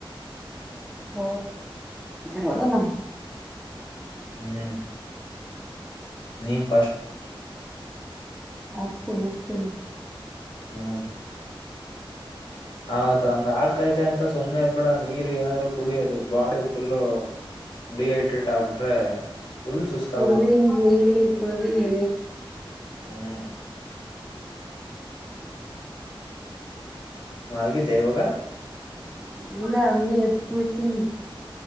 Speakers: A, in the centre; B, on the left.
A: ಹ ನೋಡಣ
B: ಹ್ಮ್ ನೀ <unintelligible>
A: ಅಚ್ಚೆ ಅತ್ತೆ <unintelligible>
B: ಹ್ಮ ಹೌದ ಹಂಗ ಹಾಕ್ತೈತೆ ಅಂತ ಸುಮ್ನೆ ಇರ್ಬೇಡ ನೀರ್ ಏನಾದ್ರು ಕುಡಿಯೋದು ಬಾಡಿ ಫುಲ್ಲ ಡಿಹೈಡ್ರೇಟ್ ಆಗ್ಬಿಟ್ರೆ ಫುಲ್ ಸುಸ್ತ
A: ಕುಡವ
B: ಆಗ್ಬಿಡುತ್ತೆ
A: <unintelligible> ಕುಡವೀನಿ
B: ಹ್ಮ್ ಮಲಗಿದೆ ಈವಾಗ
A: ಇಲ್ಲ ಅಂದ <unintelligible> ಎದ ಕೂತಿನಿ